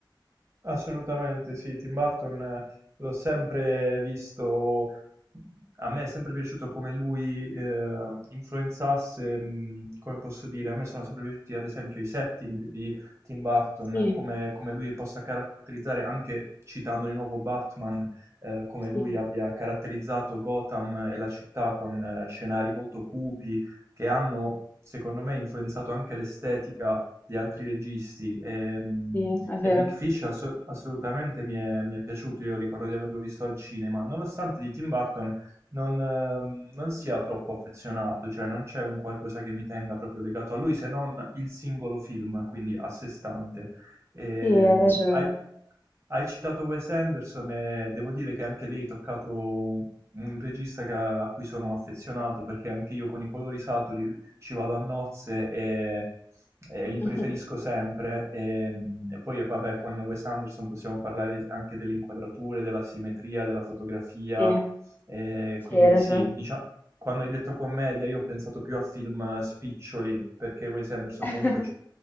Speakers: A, on the right (about 35°); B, on the left (about 25°).
A: Assolutamente sì, Tim Burton eh, l'ho sempre visto, a me è sempre piaciuto come lui eh, influenzasse, mh, come posso dire, a me sono sempre piaciuti ad esempio i setting di Tim Burton,
B: Sì,
A: come, come lui possa caratterizzare, anche citando di nuovo Batman, eh, come lui
B: sì.
A: abbia caratterizzato Gotham e la città con eh, scenari molto cupi che hanno, secondo me, influenzato anche l'estetica di altri registi e, mh,
B: Sì, è vero.
A: e Big Fish asso- assolutamente mi è, mi è piaciuto, io ricordo di averlo visto al cinema, nonostante di Tim Burton non, ehm, non sia troppo affezionato, cioè non c'è un qualcosa che mi tenga proprio legato a lui se non il singolo film, quindi a sé stante. Ehm,
B: Sì, hai ragione.
A: hai, hai citato Wes Anderson e devo dire che anche lì hai toccato un un regista che- a cui sono affezionato perché anche io con i colori saturi ci vado a nozze e eh, li
B: <laughs>
A: preferisco sempre. E, e poi, vabbè, con Wes Anderson possiamo parlare anche delle inquadrature, della simmetria, della fotografia.
B: Sì,
A: eh,
B: sì,
A: quindi
B: hai ragione.
A: sì, diciamo, quando hai detto commedia, io ho pensato più a film eh, spiccioli, perché Wes Anderson
B: <laughs>
A: comunque c-